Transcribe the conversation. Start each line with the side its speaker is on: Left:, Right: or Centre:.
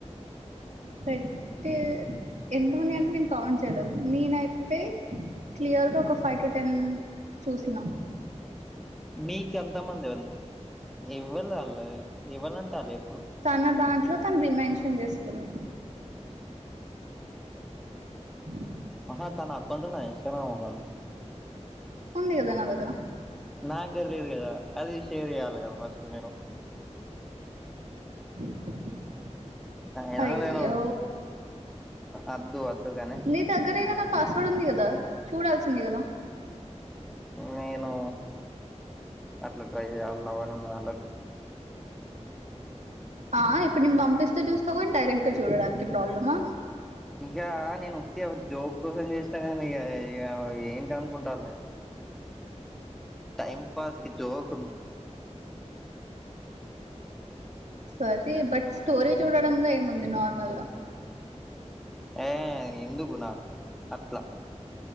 Right: పెట్టి ఎంతమంది అంటే నేను కావన్ట్ చేయ్యాలేదు నేనైతే క్లియర్ గా ఒక ఫైవ్ టు టెన్ చూసినా
Centre: మీకు ఎంత మంది ఇవ్వలు అళ్ళు ఇవ్వాలంటారు చే
Right: తన దాంట్లో తను రిమెన్షన్ చేసుకుంది <inaudible>
Centre: ఆహా తన అకాౌట్ నా ఇన్స్టాగ్రామ్ ఉందా
Right: ఉందిగాద నా దగ్గర
Centre: నాకు తెలియదు గదా అది షేర్ చేయ్యాలి గదా ఫస్ట్ మీరు
Right: <unintelligible>
Centre: అయినా
Right: అయ్యే
Centre: నేను అద్దు అద్దుగాని
Right: నీ దగ్గర ఎదన్నా పాస్వర్డ్ ఉంది గదా చూడాల్సింది గదా
Centre: నేను అట్లా ట్రై చేయ్య అలా ఎవరన్న అళ్ళకి
Right: ఆ ఇప్పుడు నేను పంపిస్తే చూస్తావ గాని డైరెక్ట్ గా చూడడానికి ప్రాబ్లమా
Centre: ఇగా నేను ఉటిగా జోక్ కోసం చేస్తా చేస్తా గాని ఏంట అనుకుంటారు టైమ్ పాస్కి జోకు
Right: సరే బట్ స్టోరి చూడడంలో ఏముంది నార్మల్గా
Centre: ఏ ఎందుకు నాకు అట్లా